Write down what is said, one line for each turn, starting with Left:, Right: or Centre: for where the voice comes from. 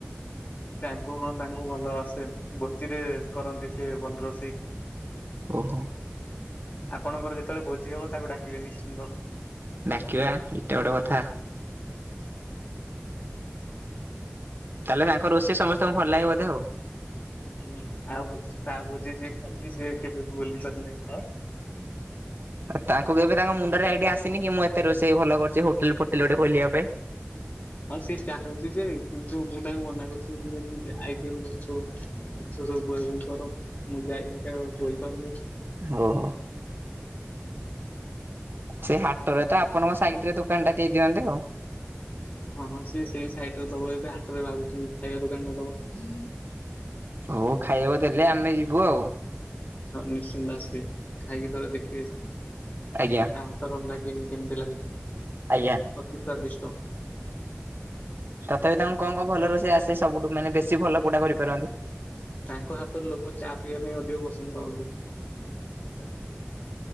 Left: ତାଙ୍କୁ ହଁ ତାଙ୍କୁ ଭଲ ଆସେ ଭୋଜିରେ କରନ୍ତି ସିଏ ଭଲ ରୋଷେଇ।
Right: ଓହୋ।
Left: ଆପଣଙ୍କର ଯେତେବେଳେ ଭୋଜି ହବ ତାକୁ ଡାକିବେ ନିଶ୍ଚିନ୍ତ।
Right: ଡାକିବା ଏଇଟା ଗୋଟେ କଥା। ତାହେଲେ ତାଙ୍କ ରୋଷେଇ ସମସ୍ତଙ୍କୁ ଭଲ ଲାଗେ ବଧେ ଆଉ
Left: ହୁଁ ଆଉ ତା ଭୋଜି ଯିଏ ଖାଇଛି ସିଏ କେବେ ବି ବୁଲି ପାରୁନାହିଁ ଖ
Right: ଆଉ ତାଙ୍କୁ କେବେ ତାଙ୍କ ମୁଣ୍ଡରେ ଆଇଡିଆ ଆସେନି ମୁଁ ଏତେ ରୋଷେଇ ଭଲ କରୁଛି ହୋଟେଲ୍ ଫୋଟେଲ୍ ଗୋଟେ ଖଲିବା ପାଇଁ।
Left: ହଁ ସେ ଚାହୁଁଛି ଯେ କିନ୍ତୁ ମୁଁ ତାକୁ ମନା କରୁଛି <unintelligible> ତୁ ସବୁ ବହି ବହି କର ମୁଁ ଯାଇ ବହି ପାରୁନି।
Right: ଓଉ ହୋ। ସେଇ ହାଟରେ ତ ଆପଣଙ୍କ ସାଇଡ଼ରେ ଦୋକାନ ଟା ଦେଇଦିଅନ୍ତେ ଆଉ।
Left: ହଁ ହଁ ସିଏ ସେଇ ସାଇଡରେ ଦବ ଏବେ ହାଟ ରେ ଭାବୁଛି ଖାଇବା ଦୋକାନ ଟା ଦବ।
Right: ହଉ ଖାଇବାକୁ ଦେଲେ ଆମେ ଯିବୁ ଆଉ।
Left: ହଉ ନିଶ୍ଚିନ୍ତ ଆସିବେ ଖାଇକି ଥରେ ଦେଖିବେ।
Right: ଆଜ୍ଞା।
Left: ତା ହାତ ରନ୍ଧା କେମିତି କେମିତି ଲାଗୁଛି।
Right: ଆଜ୍ଞା।
Left: ଅତିସ୍ଵାଦିଷ୍ଟ
Right: ତଥାପି ତାଙ୍କୁ କଣ କଣ ଭଲ ରଷେଇ ଆସେ ସବୁଠୁ ମାନେ ବେଶୀ ଭଲ କୋଉଟା କରିପାରନ୍ତି।
Left: ତାଙ୍କ ହାତର ଲୋକ ଚା ପିଇବା ପାଇଁ ଅଧିକ ପସନ୍ଦ କରନ୍ତି।